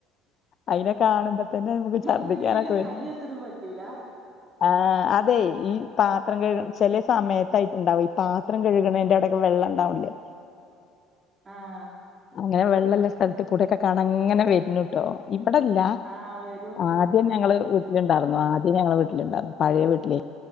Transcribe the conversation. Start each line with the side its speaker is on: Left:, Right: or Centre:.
Left: അയിനെ കാണുമ്പോ തന്നെ മുക്ക് ഛർദിക്കാനൊക്കെ
Right: എന്ത് പിന്നെ
Left: വരും
Right: കയ്യെത്തനും പറ്റൂല
Left: ആ അതെ ഈ പാത്രം കഴിക ചെലെ സമയത്തായിട്ട്ണ്ടാവ ഈ പാത്രം കഴുകണേന്റെടെ വെള്ളം ഇണ്ടാവിണ്ല്ലേ
Right: ആഹ്
Left: അങ്ങനെ വെള്ളല്ല സ്ഥൽത്ത് കൂടെക്കെ കാണാ അങ്ങനെ വര്നു ട്ടോ ഇവടല്ല
Right: ആഹ് വരും
Left: ആദ്യം
Right: ഉം
Left: ഞങ്ങള് ലുണ്ടായിരുന്നു ആദ്യം ഞങ്ങള വീട്ടിലുണ്ടായിരുന്നു പഴയ വീട്ടിലെ